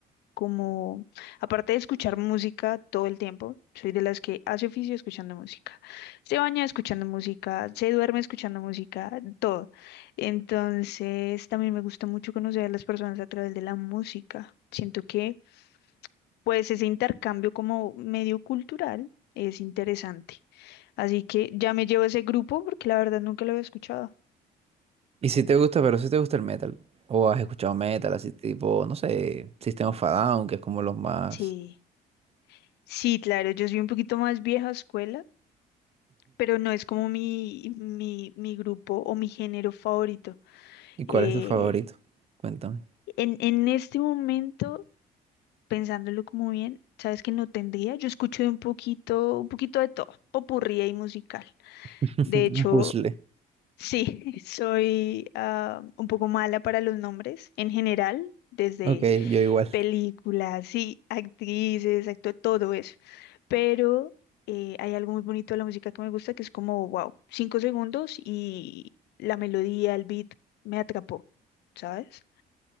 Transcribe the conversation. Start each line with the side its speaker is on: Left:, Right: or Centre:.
Left: como, aparte de escuchar música todo el tiempo, soy de las que hace oficio escuchando música, se baña escuchando música, se duerme escuchando música, todo. Entonces, también me gusta mucho conocer a las personas a través de la música. Siento que, pues, ese intercambio como medio cultural es interesante. Así que ya me llevo ese grupo porque la verdad nunca lo había escuchado.
Right: Y si te gusta, pero si te gusta el metal, o has escuchado metal, así tipo, no sé, System of a Down, que es como los más.
Left: Sí, sí, claro, yo soy un poquito más vieja escuela, pero no es como mi, mi, mi grupo o mi género favorito.
Right: ¿Y cuál
Left: Eh,
Right: es tu favorito? Cuéntame.
Left: en, en este momento, pensándolo como bien, sabes que no tendría, yo escucho de un poquito, un poquito de todo, popurrí y musical.
Right: <laughs>
Left: De hecho,
Right: Un puzzle.
Left: sí, <laughs> soy ah, un poco mala para los nombres en general, desde
Right: Ok, yo igual.
Left: películas, sí, actrices, actúa todo eso. Pero eh, hay algo muy bonito de la música que me gusta que es como, wow, cinco segundos y la melodía, el beat me atrapó, ¿sabes?